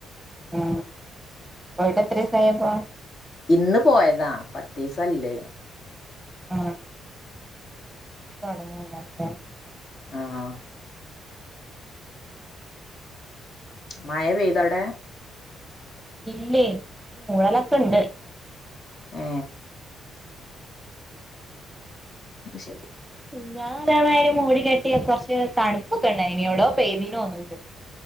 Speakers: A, in the centre; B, on the left.
A: ആ പോയിട്ട് എത്ര ദിവസായിപ്പം
B: ഇന്ന് പോയതാ പത്ത് ദിവസായ്ല്ലേ
A: ആ ഇ തൊടങ്ങുന്റെല്ലെ
B: ആഹ് മയ പെയ്തോടെ
A: ഇല്ലേ മൂളലൊക്കെ ഉണ്ട്
B: ആ അ ശ
A: പിന്ന ഒരെ മാരി മൂടി കെട്ടി കെട്ടിയ കുറച്ച് തണുപ്പൊക്കെ ഉണ്ടായിരുന്നു എവടോ പെയ്ദീനോന്ന്ണ്ട്